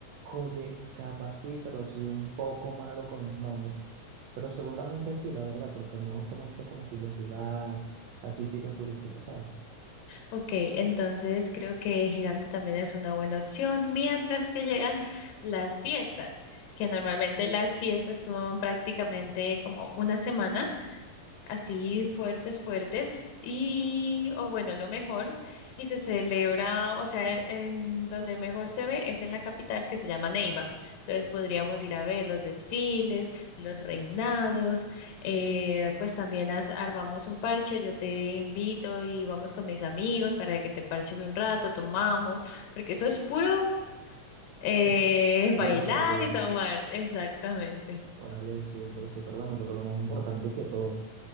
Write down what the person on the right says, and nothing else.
Oye, capaz sí, pero soy un poco malo con los nombres, pero seguramente sí, la verdad, porque a mí me gusta mucho como que investigar así sitios turísticos, ¿sabes?
<laughs>
Profesor, orden,
vale, súper, súper bueno, pero lo más importante que todo,